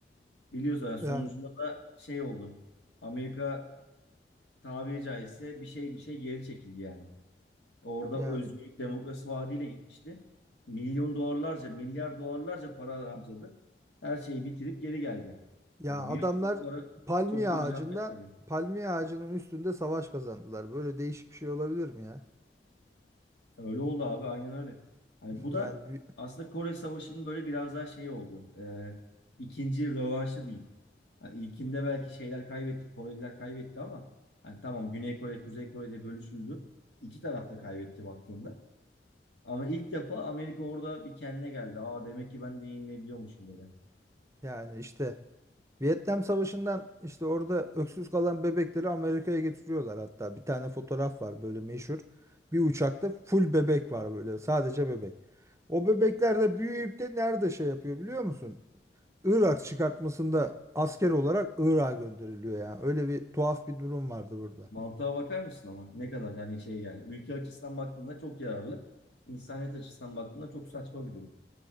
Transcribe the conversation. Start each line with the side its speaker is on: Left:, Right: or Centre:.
Left: Biliyorsun yani sonucunda
Right: yani
Left: da şey oldu. Amerika tabiri caizse bir şey bir şey geri çekildi yani. Orada
Right: yani
Left: Özgürlük Demokrasi Vaadi'yle gitmişti. Milyon dolarlarca, milyar dolarlarca para harcadı. Her şeyi bitirip geri geldi.
Right: Ya
Left: Hani
Right: adamlar
Left: bir sorulara
Right: palmiye
Left: çok da
Right: ağacından
Left: bir cevap veremedi.
Right: palmiye ağacının üstünde savaş kazandılar. Böyle değişik bir şey olabilir mi ya?
Left: Öyle oldu abi, aynen öyle. Hani
Right: <laughs>
Left: bu da
Right: Yani vi-
Left: aslında Kore Savaşı'nın böyle biraz daha şey oldu. Ee, ikinci rövanşı diyeyim. Hani ilkinde belki şeyler kaybetti, Koreliler kaybetti ama hani tamam Güney Kore, Kuzey Kore'de bölüşüldü. İki taraf da kaybetti baktığında. Ama ilk defa Amerika orada bir kendine geldi. Aa demek ki ben de yenilebiliyormuşum dedi.
Right: yani işte Vietnam Savaşı'ndan işte orada öksüz kalan bebekleri Amerika'ya getiriyorlar hatta. Bir tane fotoğraf var böyle meşhur. Bir uçakta full bebek var böyle sadece bebek. O bebekler de büyüyüp de nerede şey yapıyor biliyor musun? Irak çıkartmasında asker olarak Irak'a gönderiliyor ya. Öyle bir tuhaf bir durum vardı burada.
Left: Mantığa bakar mısın ama? Ne kadar hani şey yani. Ülke açısından baktığında çok yararlı. İnsaniyet açısından baktığında çok saçma bir durum.